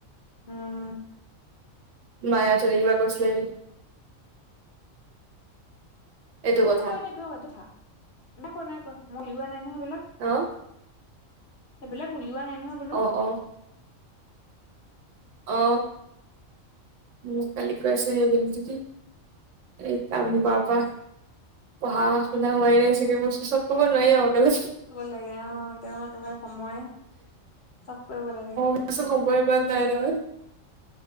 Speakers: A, on the left; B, on the right.
A: উম
B: মায়ে অথনি কিবা কৈছিলে নেকি? এইটো
A: একো
B: কথা
A: কৰা নাই একো কো খা, নাই কোৱা নাই কোৱা মই উলিওৱা নাই নহ সেইবিলাক।
B: আহ
A: সেইবিলাক উলওৱা নাই নহয় বোলো
B: অঁ অঁ অ মোক কালি কৈ আছে <unintelligible> এই কাম কৰ পৰা পঢ়া শুনা হোৱাই নাই চাগে মোৰ চেচত ক'ব নোৱাৰি আও
A: লাগ অ তেওঁ একেবাৰে সময় চব কৰিব লাগে
B: <unintelligible>